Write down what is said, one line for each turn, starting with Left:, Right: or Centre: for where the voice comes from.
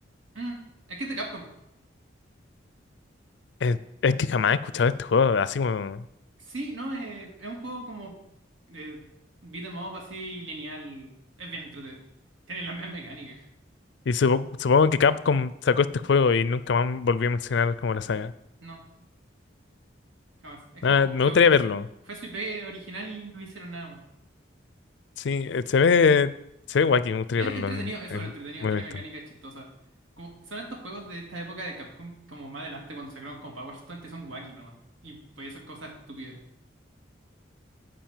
Right: Mm, es que es de Capcom.
Left: Es, es que jamás he escuchado este juego, así como...
Right: Sí, no, eh, es un juego como eh, beat'em up así lineal. Es bien entretenido. Tiene las mismas mecánicas.
Left: Y supo- supongo que Capcom sacó este juego y nunca más volvió a mencionar como la saga.
Right: No, jamás. Es
Left: Ah,
Right: como
Left: me
Right: fue,
Left: gustaría verlo.
Right: fue, fue su IP original y no hicieron nada más.
Left: Sí, eh, se ve... Se ve wacky, me gustaría
Right: Es
Left: verlo
Right: entretenido,
Left: en,
Right: es
Left: en
Right: súper entretenido,
Left: movimiento.
Right: tiene mecánicas chistosas. Como, son estos juegos de esta época de Capcom, como más adelante cuando sacaron como Power Stone, que son wacky nomás. Y podía hacer cosas estúpidas.